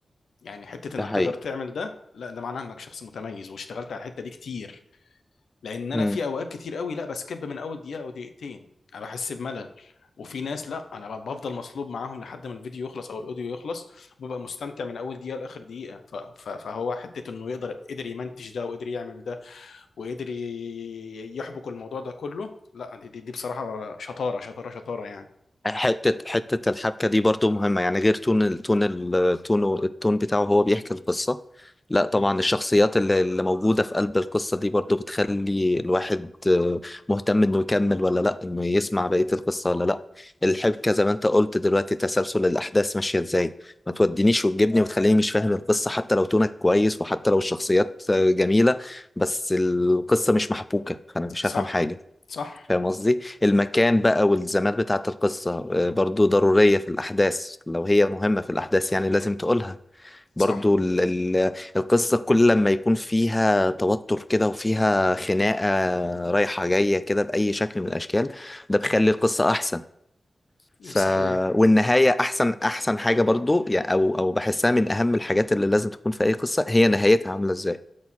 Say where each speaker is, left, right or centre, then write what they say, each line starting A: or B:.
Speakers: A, on the left; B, on the left.
A: يعني حته
B: ده
A: انك
B: حقيقي
A: تقدر تعمل ده لا ده معناه انك شخص متميز واشتغلت على الحته دي كتير لان انا
B: امم.
A: في اوقات كتير قوي لا بسكب من اول دقيقه او دقيقتين انا بحس بملل وفي ناس لا انا ب- بفضل مصلوب معاهم لحد ما الفيديو يخلص او الاوديو يخلص وببقى مستمتع من اول دقيقه لاخر دقيقه ف- ف- فهو حته انه يقدر قدر يمنتج ده وقدر يعمل ده وقدر ي- يحبك الموضوع ده كله لا دي دي, دي بصراحه شطاره شطاره شطاره يعني
B: حتة حتة الحبكة دي برضو مهمة يعني غير تون التون التون التون بتاعه هو بيحكي القصة لا طبعا
A: مم.
B: الشخصيات اللي اللي موجودة في قلب القصة دي برضو بتخلي الواحد آه، مهتم انه يكمل ولا لا انه يسمع بقية القصة ولا لا الحبكة زي ما انت قلت دلوقتي تسلسل الأحداث ماشية ازاي ما تودينيش وتجيبني وتخليني مش فاهم القصة حتى لو تونك كويس وحتى لو الشخصيات آه، جميلة بس القصة مش محبوكة فأنا مش
A: صح
B: هفهم حاجة
A: صح
B: فاهم قصدي المكان بقى والزمان بتاعة القصة آه، برضو ضرورية في الأحداث لو هي مهمة في الأحداث يعني لازم تقولها برضو
A: صح
B: ال ال القصة كل لما يكون فيها توتر كده وفيها خناقة رايحة جاية كده بأي شكل من الأشكال ده بيخلي القصة أحسن ف
A: صحيح
B: والنهاية أحسن أحسن حاجة برضو يعني أو أو بحسها من أهم الحاجات اللي لازم تكون في أي قصة هي نهايتها عاملة إزاي